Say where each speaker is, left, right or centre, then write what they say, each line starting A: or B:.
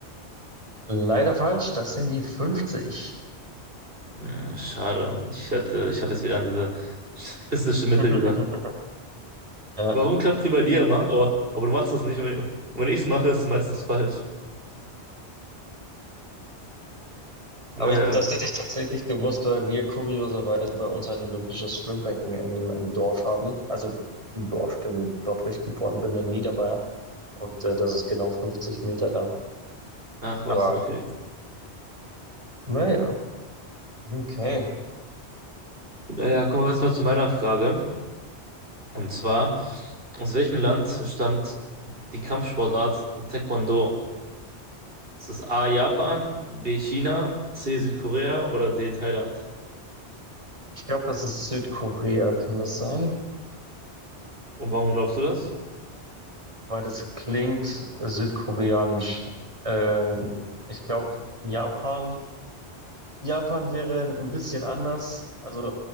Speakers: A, on the right; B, on the right.
A: Leider falsch, das sind die 50.
B: Hm, schade. Ich hätte, ich habe jetzt wieder an diese statistische Mitte
A: <laughs>
B: gedacht.
A: Ja,
B: Warum klappt die bei dir immer? Aber, aber du machst das nicht. Und wenn, und wenn ich es mache, ist es meistens <laughs> falsch. Naja,
A: Aber ich, das hätte ich tatsächlich gewusst, weil wir kurioserweise bei uns ein olympisches Schwimmbecken im, im Dorf haben. Also im Dorf, im, dort, wo ich geboren bin, in Niederbayern. Und äh, das ist genau 50 Meter lang.
B: ach was,
A: Aber
B: okay.
A: naja, okay.
B: Naja, kommen wir jetzt mal zu meiner Frage. Und zwar, aus welchem Land stammt die Kampfsportart Taekwondo? Ist das A Japan, B China, C Südkorea oder D Thailand?
A: Ich glaube, das ist Südkorea, kann das sein?
B: Und warum glaubst du das?
A: Weil das klingt südkoreanisch. Ähm, ich glaube, Japan. Japan wäre ein bisschen anders. Also